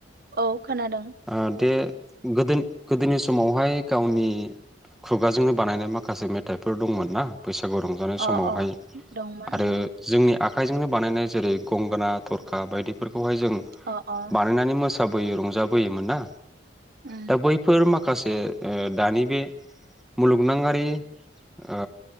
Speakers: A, on the right (about 55°); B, in the centre.
A: औ खोनादों
B: ओ दे गोदोनि गोदोनि स समावहाय गावनि खुगाजोंनो बानायनाय माखासे मेथाइफोर दंमोन ना बैसा सागु रंजानाय
A: अ
B: समावहाय
A: अ दंमोन
B: आरो
A: उम
B: जोंनि आखाइजोंनो बानायनाय जेरै गंगोना, थरखा बायदिफोर खौहाय जों
A: अ अ
B: बानायनानै मोस साबैयो रंजाब बोयोमोन ना?
A: उम
B: दा बैफोर माख माखासे ओ दानि बे मुलुगनाङारि ओ